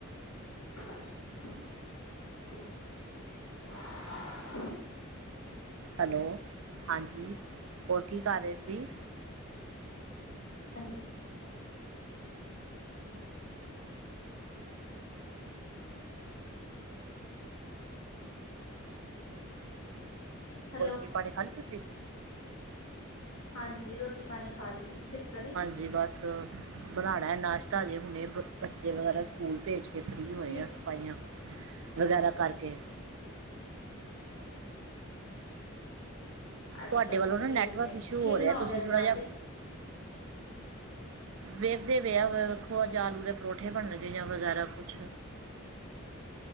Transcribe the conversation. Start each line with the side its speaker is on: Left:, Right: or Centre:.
Left: <inaudible>
Right: ਹੈਲੋ, ਹਾਂਜੀ, ਹੋਰ ਕੀ ਕਰ ਰਹੇ ਸੀ?
Left: ਹਾਂਜੀ। ਹੈਲੋ।
Right: ਕੀ ਰੋਟੀ ਪਾਣੀ ਖਾਲੀ ਤੁਸੀਂ?
Left: ਹਾਂਜੀ ਰੋਟੀ ਪਾਣੀ ਖਾ ਲਈ, ਤੁਸੀਂ ਖਾ ਲਈ?
Right: ਜੀ ਬਸ। ਬਣਾਉਣਾ ਨਾਸ਼ਤਾ, ਹਜੇ ਹੁਣੇ ਬੱਚੇ ਵਗੈਰਾ ਸਕੂਲ ਭੇਜ ਕਿ ਫਰੀ ਹੋਏ
Left: ਕੀ
Right: ਆ, ਸਫਾਈਆਂ ਵਗੈਰਾ ਕਰਕੇ।
Left: ਅੱਛਾ-
Right: ਤੁਹਾਡੇ
Left: ਅੱਛਾ
Right: ਵੱਲੋਂ ਨਾ
Left: ਠੀਕ
Right: ਨੈਟਵਰਕ
Left: ਹੈ,
Right: ਇਸ਼ੂ
Left: ਕੀ
Right: ਹੋ
Left: ਬਣਾਓਗੇ
Right: ਰਿਹਾ ਤੁਸੀਂ
Left: ਅੱਜ
Right: ਥੋੜ੍ਹਾ
Left: ਨਾਸ਼ਤੇ'
Right: ਜਿਹਾ
Left: ਚ?
Right: ਵੇਖਦੇ ਪੇ ਆ, ਵੇਖੋ ਜਾ ਆਲੂ ਦੇ ਪਰੋਠੇ ਬਣਨਗੇ, ਜਾਂ ਵਗੈਰਾ ਕੁਛ।